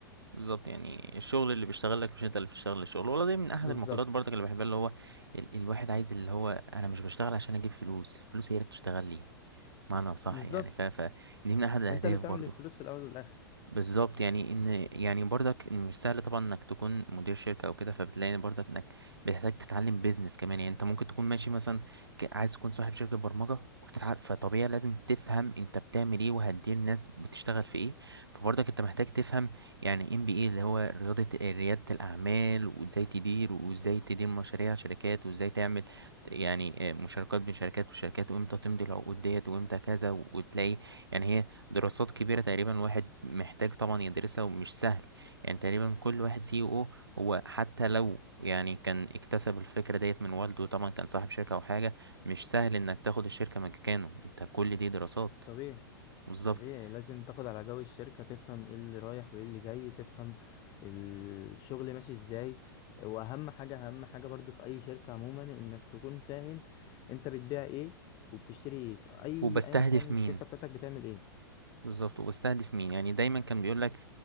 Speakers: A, on the right; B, on the left.
A: بالظبط يعني الشغل اللي بيشتغلك مش أنت اللي بتشتغل الشغل ولا دي من أحد
B: بالظبط
A: المقولات برضك اللي بحبها اللي هو ال الواحد عايز اللي هو أنا مش بشتغل عشان أجيب فلوس فلوس هي اللي بتشتغل لي معنى صح
B: بالظبط
A: يعني ف ف دي من أحد الأهداف
B: أنت اللي بتعمل
A: برضو
B: الفلوس في الأول والآخر
A: بالظبط يعني ان يعني برضك إن مش سهل طبعا انك تكون مدير شركه او كده فبتلاقي إن برضك انك بتحتاج تتعلم بيزنس كمان يعني انت ممكن تكون ماشي مثلا ك- عايز تكون صاحب شركه برمجه وبتتعلم فطبيعي لازم تفهم انت بتعمل ايه وهتدير الناس بتشتغل في ايه فبرضك انت محتاج تفهم يعني ام بي اي اللي هو رياضه رياده الاعمال وازاي تدير وازاي تدير مشاريع شركات وازاي تعمل يعني آه، مشاركات بين شركات وشركات وامتى تمضي العقود ديت وامتى كذا وتلاقي يعني هي دراسات كبيرة تقريبا واحد محتاج طبعا يدرسها ومش سهل يعني تقريبا كل واحد سي او هو حتى لو يعني كان اكتسب الفكرة ديت من والده طبعا كان صاحب شركة او حاجة مش سهل انك تاخد الشركة مكانه انت كل دي دراسات
B: طبيعي
A: بالظبط
B: طبيعي لازم تاخد على جو الشركة تفهم ايه اللي رايح وايه اللي جاي تفهم الشغل ماشي ازاي واهم حاجة اهم حاجة برضو في اي شركة عموما انك تكون فاهم انت بتبيع ايه وبتشتري ايه في اي
A: وبستهدف
B: ايا كان الشركة
A: مين
B: بتاعتك بتعمل ايه
A: بالظبط وبستهدف مين يعني دايما كان بيقول لك